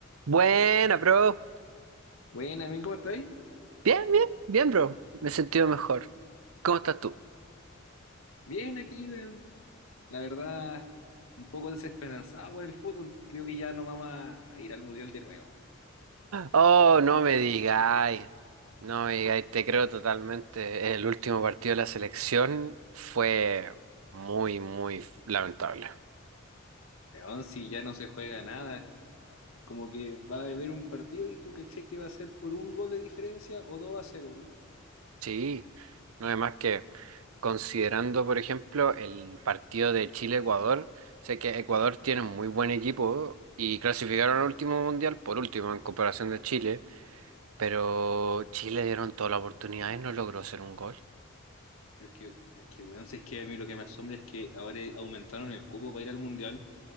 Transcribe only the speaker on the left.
Bueno, Amin, ¿cómo estáis?
Bien aquí, weón. La verdad, un poco desesperanzado por el fútbol. Creo que ya no vamos a ir al Mundial de nuevo, weón.
Weón, si ya no se juega nada, como que va a haber un partido y tú caché que va a ser por un gol de diferencia o 2 a cero, weón.
Pero es que, es que, weón, si es que a mí lo que me asombra es que ahora aumentaron el cupo para ir al Mundial